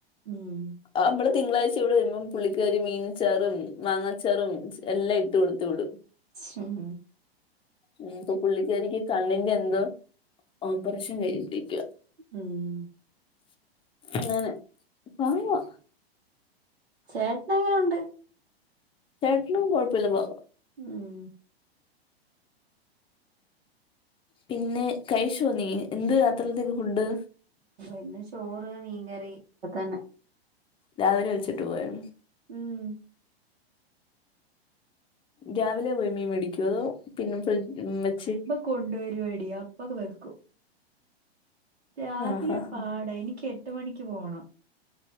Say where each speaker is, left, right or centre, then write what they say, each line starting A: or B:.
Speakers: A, on the right; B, on the left.
A: ഉം
B: ആ ഹ് തിങ്കളാഴ്ച ഇവിടെ വരുമ്പം പുള്ളിക്കാരി മീനച്ചാറും മാങ്ങാച്ചാറും എല്ലാം ഇട്ട് കൊടുത്തു വിടും
A: ഉം
B: ഉം പ്പൊ പുള്ളിക്കാരിക്ക് കണ്ണിന്റെ ന്തോ ഓപ്പറേഷൻ കഴിഞ്ഞിട്ടിരിക്ക.
A: ഉം
B: ങ്ങനെ പാങ്ങോ
A: ചേട്ടങ്ങനെ ഉണ്ട്
B: ചേട്ടനും കൊയ്പ്പില്ല പ
A: ഉം
B: പിന്നെ കൈച്ചോ നീ എന്ത് രാത്രികത്തേക്ക് ഫുഡ്
A: ഇന്ന് ചോറ് മീൻകറി ഇപ്പ തന്ന
B: രാവിലെ വെച്ചിട്ട് പോയോ
A: ഉം
B: രാവിലെ പോയി മീൻ മേടിക്കുവോ അതോ പിന്നെ ഫ്രി വെച്ച്
A: കൊണ്ട് വരുവെടി അപ്പൊ വെക്കും രാവിലെ
B: ആഹ് ആഹ്
A: പാട എനിക്ക് എട്ട് മണിക്ക് പോണം